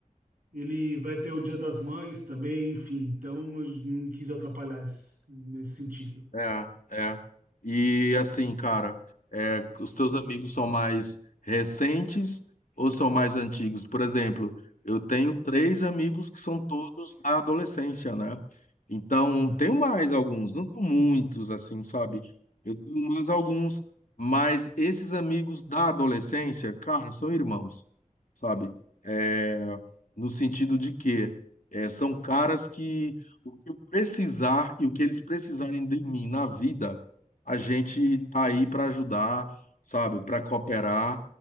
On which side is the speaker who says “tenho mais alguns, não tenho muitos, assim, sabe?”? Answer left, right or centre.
Left